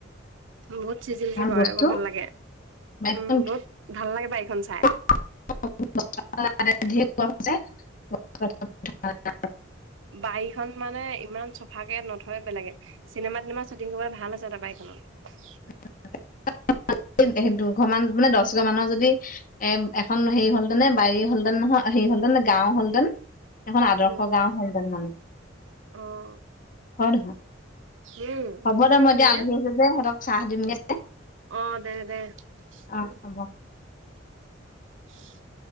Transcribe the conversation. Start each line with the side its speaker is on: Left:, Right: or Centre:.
Right: বহুত চিজিলকে কৰে
Left: বস্তু
Right: বৰ ভাল লাগে।
Left: বাইকখন
Right: উম, বহুত ভাল লাগে বাৰীখন চাই।
Left: <inaudible>
Right: বাৰীখনন মানে ইমান চফাকে নথয় বেলেগে, চিনেমা টিনেমা শ্বুটিং কৰিবলৈ ভাল আছে <inaudible>
Left: <inaudible> দুঘ, মান মানে দহ ঘৰমানৰ যদি এ, এখন হেৰি হলতেনে বাৰি হলতেন নহয় হে, হলহতে, গাঁও হলতেন, এখন আদৰ্শ
Right: উম,
Left: গাও হলটেন মানুহ
Right: অ',
Left: হয়, নহয়?
Right: উম,
Left: হ'ব
Right: ইমান
Left: দে, মই
Right: ধুনীয়া
Left: এতিয়া আলহী আছে যে, সিহঁতক চাহ দিমগে।
Right: অ, দে, দে
Left: অ
Right: উম।
Left: হ'ব
Right: <inaudible>